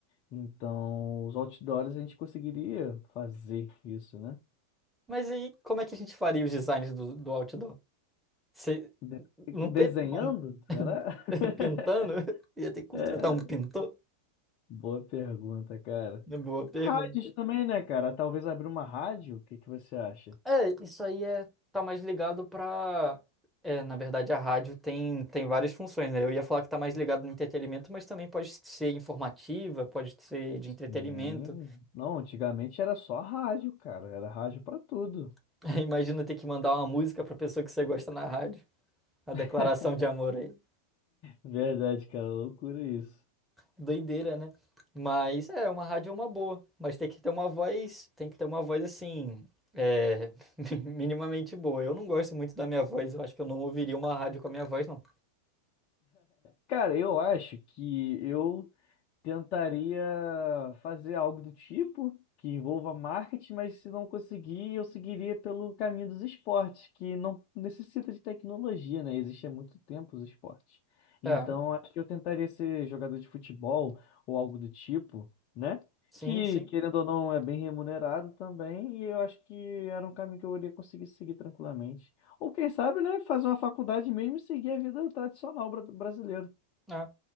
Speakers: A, on the left; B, in the centre.
A: Então, os outdoors a gente conseguiria fazer isso, né?
B: Mas aí, como é que a gente faria os designs do, do outdoor? Cê-
A: De-
B: Não
A: Desenhando?
B: teria como.
A: Será?
B: <laughs>
A: <laughs>
B: Pintando? Ia ter que contratar
A: É,
B: um pintor?
A: Boa pergunta, cara.
B: É boa pergunta.
A: Rádios também, né, cara? Talvez abrir uma rádio, o que que você acha?
B: É, isso aí é, tá mais ligado pra. É, na verdade, a rádio tem, tem várias funções, né? Eu ia falar que tá mais ligado no entretenimento, mas também pode ser informativa, pode ser de entretenimento.
A: Sim. Não, antigamente era só rádio, cara. Era rádio pra tudo.
B: <laughs> Imagina ter que mandar uma música pra pessoa que você gosta na rádio. A
A: <laughs>
B: declaração de amor aí.
A: Verdade, cara, loucura isso.
B: Doideira, né? Mas é, uma rádio é uma boa. Mas tem que ter uma voz, tem que ter uma voz assim, é, <laughs> minimamente boa. Eu não gosto muito da minha voz, eu acho que eu não ouviria uma rádio com a minha voz, não.
A: Cara, eu acho que eu tentaria fazer algo do tipo que envolva marketing, mas se não conseguir, eu seguiria pelo caminho dos esportes, que não necessita de tecnologia, né? Existe há muito tempo os esportes. Então,
B: É.
A: acho que eu tentaria ser jogador de futebol ou algo do tipo, né?
B: Sim,
A: Que,
B: sim.
A: querendo ou não, é bem remunerado também, e eu acho que era um caminho que eu iria conseguir seguir tranquilamente. Ou quem sabe, né, fazer uma faculdade mesmo e seguir a vida tradicional bra- brasileira.
B: É.